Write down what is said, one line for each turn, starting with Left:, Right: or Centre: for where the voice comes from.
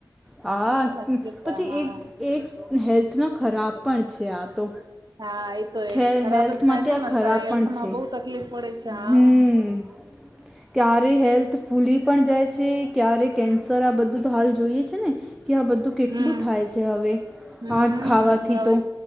Centre: હા
Right: એમ જ કેતા
Centre: પછી
Right: હા
Centre: એક એક હેલ્થ નો ખરાબ પણ છે આ તો
Right: હા એ તો
Centre: ખે
Right: એ ખરાબ
Centre: હેલ્થ
Right: જ થાય
Centre: માટે
Right: ને
Centre: આ
Right: મ
Centre: ખરાબ
Right: સર હેલ્થમાં
Centre: પણ છે
Right: બહુ તકલીફ પડે છે હા.
Centre: હમ ક્યારે હેલ્થ ફૂલી પણ જાય છે ક્યારે કેન્સર આ બધું તો હાલ જોઈએ છે ને કે આ બધું કેટલું
Right: હમ
Centre: થાય છે હવે
Right: હમ
Centre: આઠ ખાવાથી
Right: હવે
Centre: તો